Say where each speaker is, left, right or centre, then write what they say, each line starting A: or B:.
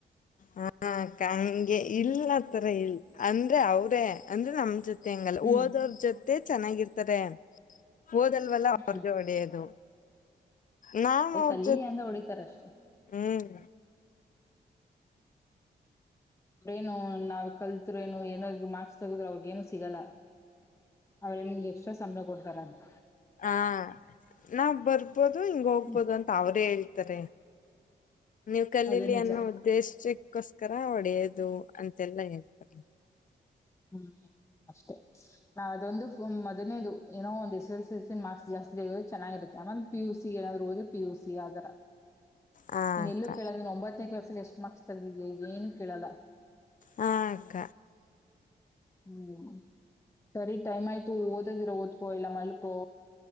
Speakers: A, on the left; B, on the left.
A: ಹಾ ಕಂಗೆ ಇಲ್ಲ ತರ ಇಲ್ ಅಂದ್ರೆ ಅವ್ರೇ ಅಂದ್ರೆ ನಮ ಜೊತೆ ಹೆಂಗಲ್ಲ
B: ಹ್ಮ್
A: ಓದೋರ್ ಜೊತೆ ಚೆನ್ನಾಗಿರ್ತಾರೆ ಓದಲ್ವಲ್ಲ ಅವ್ರಜ
B: ಹ್ಮ್
A: ಹೊಡೆಯೋದು ನಾ
B: ಅದೇ
A: ಅವರ್ಜ
B: ಕಲೀಲಿ ಅಂದ ಹೊಡಿತಾರ ಅಷ್ಟೇ
A: ಹ್ಮ್
B: ಅವ್ರೇಏನು ನಾವ್ ಕಲ್ತ್ರು ಏನು ಏನಾದ್ರು ಮಾರ್ಕ್ಸ್ ತಗದ್ರು ಅವ್ರಿಗೇನು ಸಿಗಲ್ಲ ಅವ್ರೆ ನಿಮ್ಗೆ ಎಕ್ಸ್ಟ್ರಾ ಸಂಬಳ ಕೊಡ್ತಾರಂತ
A: ಹಾ ನಾವ್ ಬರ್ಬೋದು ಹಿಂಗ ಹೋಗ್ಬೋದು
B: ಹ್ಮ್
A: ಅಂತ ಅವ್ರೇ ಹೇಳ್ತಾರೆ ನೀವು್ ಕಲಿಲಿ
B: ಅದೇ ನಿಜ
A: ಅನ್ನೋ ಉದ್ದೇಶ ಕ್ಕೋಸ್ಕರ ಒಡೆಯದು ಅಂತೆಲ್ಲಾ ಹೇಳ್ತಾರೆ
B: ಹ್ಮ್ ಅಷ್ಟೇ ನ ಅದೊಂದು ಮೊದ್ನೇದು ಏನೋ ಒಂದು ಎಸ್ ಎಸ್ ಎಸ್ಸಿನ ಮಾರ್ಸ್ ಜಾಸ್ತಿಾಗೋ ಚೆನ್ನಾಗಿರುತ್ತೆಮೇಲೆ ಪ ಯು ಸಿ ಏನಾದರುಓದ ಪು ಸಿ ಆಥರ
A: ಹಾ
B: ನೀನ್
A: ಅಕ್ಕ
B: ಎಲ್ಲೂ ಕೇಳಲ್ಲ ನೀನ್ ಒಂಬತ್ತನೇ ಕ್ಲಾಸ್ಲ್ಲಿ ಎಷ್ಟು ಮಾರ್ಕ್ಸ್ ತರ್ದ ಏನು ಕೇಳಲ್ಲ
A: ಹಕ್ಕ
B: ಹ್ಮ್ ಸರಿ ಟೈಮ್ ಆಯ್ತು ಓದದಿರೋ ಓದ್ಕೋ ಎಲ್ಲ ಮಲ್ಕೋ